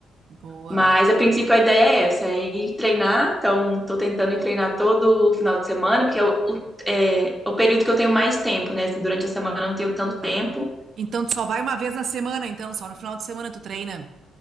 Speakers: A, on the right; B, in the centre.
A: boa.
B: Mas a princípio a ideia é essa, é ir treinar. Então, estou tentando ir treinar todo final de semana, porque é o, o- é é o período que eu tenho mais tempo, né? Assim, durante a semana eu não tenho tanto tempo.
A: Ah. Então tu só vai uma vez na semana, então, só no final de semana tu treina.